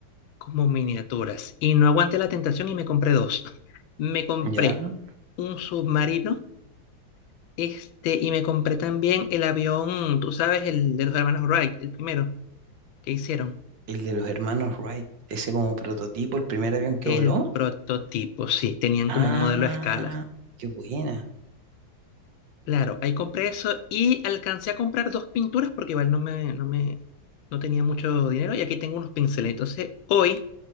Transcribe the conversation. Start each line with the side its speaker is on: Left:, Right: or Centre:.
Left: como miniaturas. Y no aguanté la tentación y me compré dos. <laughs> Me compré
Right: ya.
Left: un submarino, este, y me compré también el avión, tú sabes, el de los hermanos Wright, el primero ¿Qué hicieron?
Right: El de los hermanos Wright, ese como prototipo, el primer avión que
Left: El
Right: voló.
Left: prototipo, sí, tenían
Right: Ah,
Left: como un modelo a escala.
Right: qué buena.
Left: Claro, ahí compré eso y alcancé a comprar dos pinturas porque igual no me, no me, no tenía mucho dinero y aquí tengo unos pinceles. Entonces, hoy